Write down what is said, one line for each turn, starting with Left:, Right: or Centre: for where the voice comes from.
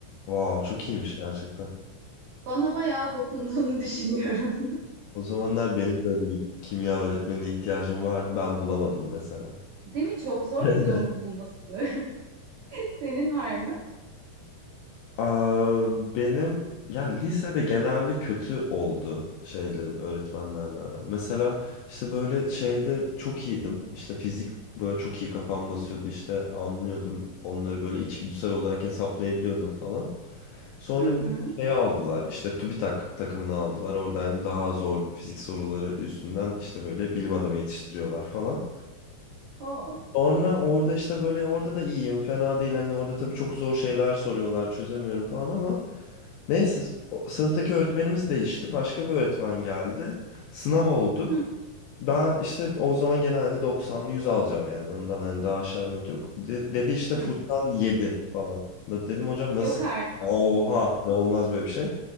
Left: Wow çok iyiymiş gerçekten.
Right: Bana bayağı dokunduğunu <laughs> düşünüyorum.
Left: O zamanlar benim böyle bir kimya öğretmenine ihtiyacım vardı. Ben bulamadım mesela.
Right: Değil mi? Çok zor
Left: <laughs>
Right: bir de onu bulması. <laughs> Senin var mı?
Left: Aa, benim ya lisede genelde kötü oldu şeylerim öğretmenlerle aram. Mesela işte böyle şeyde çok iyiydim. İşte fizik böyle çok iyi kafam basıyordu işte anlıyordum. Onları böyle içgüdüsel olarak hesaplayabiliyordum falan. Sonra
Right: Hı hı.
Left: bir şey aldılar işte TÜBİTAK takımını aldılar. Orada hani daha zor fizik soruları üstünden işte böyle bilim adamı yetiştiriyorlar falan.
Right: Oo.
Left: Sonra orada işte böyle orada da iyiyim fena değil hani orada tabii çok zor şeyler soruyorlar çözemiyorum falan ama Neyse o- sınıftaki öğretmenimiz değişti. Başka bir öğretmen geldi. Sınav olduk.
Right: Hı
Left: Ben işte o zaman gene hani 90'lı 100 alacağım yani. Ondan hani daha aşağı bir not yok. De- dedi işte
Right: hı.
Left: Furkan 7 falan. Da- Dedim hocam nasıl?
Right: Yok artık.
Left: Oha ne olmaz böyle bir şey.